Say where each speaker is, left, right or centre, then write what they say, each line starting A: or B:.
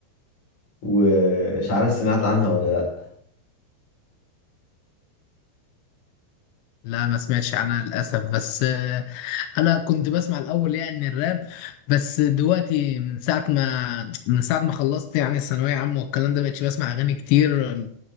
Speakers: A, on the left; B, on the left.
A: ومش عارف سمعت عنها ولا لا
B: لا ما سمعتش عنها للاسف بس آه، انا كنت بسمع الاول يعني الراب بس دلوقتي من ساعه ما من ساعه ما خلصت يعني الثانويه عامه والكلام ده بقتش بسمع اغاني كتير آه،